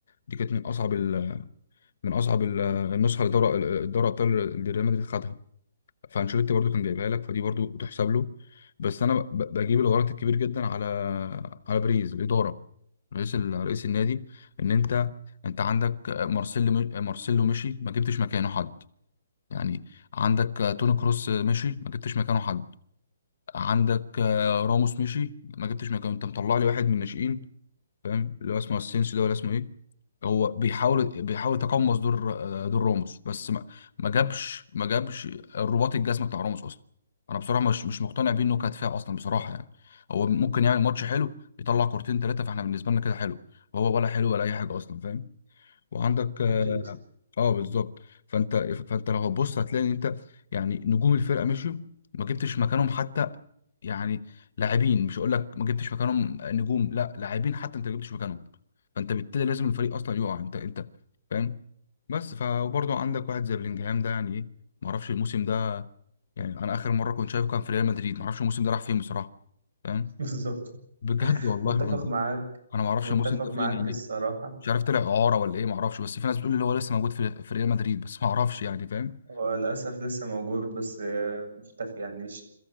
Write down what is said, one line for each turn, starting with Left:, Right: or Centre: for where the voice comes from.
Left: دي كانت من اصعب ال- من اصعب ال- النسخه لدوري الدوري الابطال اللي ريال مدريد خدها فانشيلوتي برضو كان جايبها لك فدي برضو تحسب له بس انا ب- بجيب الغلط الكبير جدا على على بريز الاداره رئيس ال- رئيس النادي ان انت انت عندك مارسيلو م- مارسيلو مشي ما جبتش مكانه حد يعني عندك توني كروس مشي ما جبتش مكانه حد عندك راموس مشي ما جبتش مكانه انت مطلع لي واحد من الناشئين فاهم اللي هو اسمه السينسيو ده ولا اسمه ايه هو بيحاول بيحاول يتقمص دور آه، دور راموس بس ما ما جابش ما جابش الرباط الجزم بتاع راموس اصلا انا بصراحه مش مش مقتنع بيه انه كدفاع اصلا بصراحه يعني هو ممكن يعمل ماتش حلو يطلع كورتين ثلاثه فاحنا بالنسبه لنا كده حلو وهو ولا حلو ولا اي حاجه اصلا فاهم وعندك اه
Right: اكيد
Left: آه، بالظبط فانت فانت لو هتبص هتلاقي ان انت يعني نجوم الفرقه مشيوا ما جبتش مكانهم حتى يعني لاعبين مش هقول لك ما جبتش مكانهم نجوم لا لاعبين حتى انت ما جبتش مكانهم فانت بالتالي لازم الفريق اصلا يقع انت انت فاهم بس فبرضه عندك واحد زي بلينجهام ده يعني ايه ما اعرفش الموسم ده يعني انا اخر مره كنت شايفه كان في ريال مدريد ما اعرفش الموسم ده راح فين بصراحه فاهم
Right: <laughs> بالظبط
Left: بجد والله
Right: متفق
Left: انا
Right: معاك
Left: انا ما اعرفش
Right: متفق
Left: الموسم ده
Right: معاك
Left: فين يعني
Right: الصراحه
Left: مش عارف طلع اعاره ولا ايه ما اعرفش بس في ناس بتقول اللي هو لسه موجود في في ريال مدريد بس ما اعرفش يعني فاهم
Right: هو للأسف لسه موجود بس آه، مختفي يعني ش...